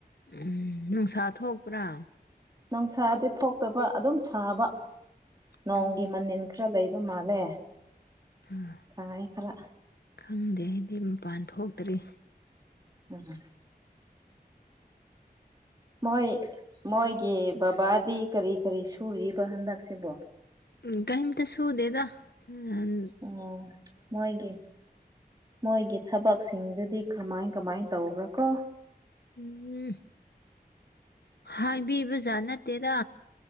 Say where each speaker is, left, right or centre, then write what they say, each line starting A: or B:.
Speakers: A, on the left (about 80°); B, on the right (about 25°).
A: ꯎꯝ ꯅꯨꯡꯁꯥ ꯊꯣꯛꯄ꯭ꯔꯥ
B: ꯅꯣꯡꯁꯥꯗꯤ ꯊꯣꯛꯇꯕ ꯑꯗꯨꯝ ꯁꯥꯕ ꯅꯣꯡꯒꯤ
A: ꯎꯝ
B: ꯃꯅꯤꯟ ꯈꯔ ꯂꯩꯕ ꯃꯥꯜꯂꯦ
A: ꯍꯥ
B: ꯁꯥꯏ ꯈꯔ
A: ꯈꯪꯗꯦ ꯑꯩꯗꯤ ꯃꯄꯥꯟ ꯊꯣꯛꯇ꯭ꯔꯤ
B: ꯎꯝ ꯃꯣꯏ ꯃꯣꯏꯒꯤ ꯕꯞ ꯕꯥꯗꯤ ꯀꯔꯤ ꯀꯔꯤ ꯁꯨꯔꯤꯕ ꯍꯟꯗꯛꯁꯤꯕꯣ
A: ꯎꯝ ꯀꯩꯝꯇ ꯁꯨꯗꯦꯗ ꯅꯍꯟ
B: ꯑꯣ ꯃꯣꯏꯒꯤ ꯃꯣꯏꯒꯤ ꯊꯕꯛꯁꯤꯡꯗꯨꯗꯤ ꯀꯃꯥꯏ ꯀꯃꯥꯏ ꯇꯧꯕ꯭ꯔꯥ ꯀꯣ
A: ꯎꯝ ꯍꯥꯏꯕꯤꯕꯖꯥꯠ ꯅꯠꯇꯦꯗ